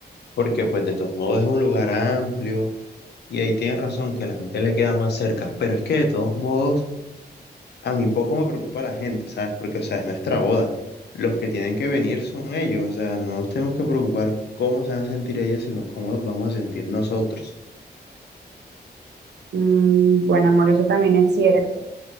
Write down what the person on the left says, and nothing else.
porque pues de todos modos es un lugar amplio y ahí tienes razón que a la gente le queda más cerca, pero es que de todos modos a mí poco me preocupa la gente, ¿sabes? Porque, o sea, es nuestra boda, los que tienen que venir son ellos, o sea, no nos tenemos que preocupar cómo se van a sentir ellos, sino cómo nos vamos a sentir nosotros.